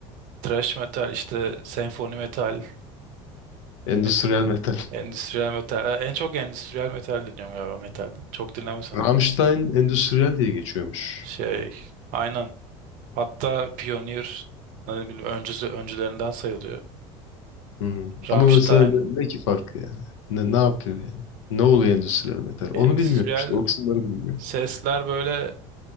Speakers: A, on the right; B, on the left.
A: Thrash metal işte senfoni metal
B: Endüstriyel
A: ne bileyim,
B: metal.
A: endüstriyel metal. Ha, En çok endüstriyel metal dinliyorum galiba metalden. Çok dinlemesem
B: Rammstein
A: de.
B: endüstriyel diye geçiyormuş.
A: Şey aynen. Hatta Pioneer ne bileyim öncüsü öncülerinden sayılıyor.
B: Hmm.
A: Rammstein
B: Ama mesela ne, ne ki farkı yani? Ne, ne yapıyor yani? Ne oluyor endüstriyel metal?
A: endüstriyel
B: Onu bilmiyorum işte. O kısımları bilmiyorum.
A: sesler böyle